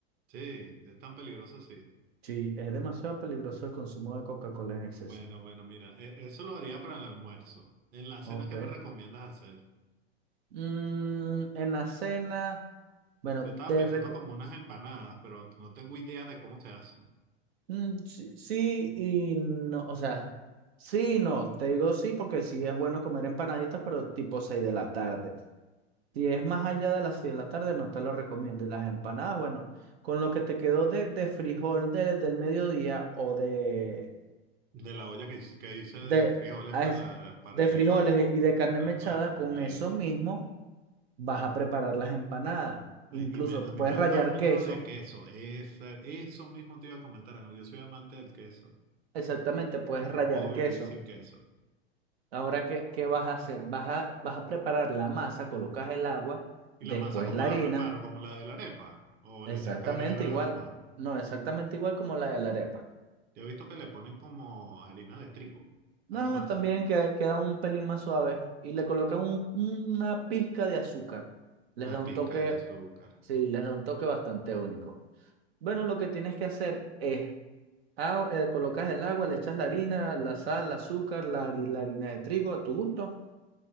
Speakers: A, on the right; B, on the right.
A: Sí, es tan peligroso, sí.
B: Sí, es demasiado peligroso el consumo de Coca-Cola en exceso.
A: Bueno, bueno, mira, e- eso lo haría para el almuerzo. En la cena,
B: Ok.
A: ¿qué me recomiendas hacer?
B: Mm, en la cena, bueno,
A: Yo estaba
B: te
A: pensando
B: reco-
A: como unas empanadas, pero no tengo idea de cómo se hacen.
B: mm, sí, sí y no, o sea, sí y no, te digo sí porque sí es bueno comer empanaditas, pero tipo 6 de la tarde. Si es más allá de las 6 de la tarde, no te lo recomiendo. Y las empanadas, bueno, con lo que te quedó de, de frijol de- del mediodía o de,
A: De la olla que, dice- que dice de
B: de,
A: frijoles
B: a
A: para,
B: es-
A: para
B: de
A: el,
B: frijoles y de carne
A: para
B: mechada,
A: el plato.
B: con
A: Listo.
B: eso mismo. vas a preparar las empanadas.
A: Ay,
B: Incluso
A: Y me- a mí
B: puedes
A: me gustan
B: rallar
A: mucho
B: queso.
A: de queso. Ese- eso mismo te iba a comentar. Ángel. Yo soy amante del queso.
B: Exactamente, puedes
A: No
B: rallar
A: puedo vivir
B: queso.
A: sin queso.
B: Ahora, ¿qué, qué vas a hacer? Vas a, vas a preparar la masa, colocas el agua,
A: ¿Y
B: después
A: la masa cómo
B: la harina.
A: la preparo? ¿Como la de la arepa? ¿O
B: Exactamente
A: le tengo que agregar algo
B: igual.
A: más?
B: No, exactamente igual como la de la arepa.
A: Yo he visto que le ponen como harina de trigo
B: No,
A: a la masa,
B: también que, queda un pelín más suave. Y le colocan un- una pizca de azúcar. Les
A: una
B: da un
A: pizca
B: toque,
A: de azúcar.
B: sí, les da un toque bastante único. Bueno, lo que tienes que hacer es Ah, eh, colocas el agua, le echas la harina, la sal, el azúcar, la, hari- la harina de trigo a tu gusto.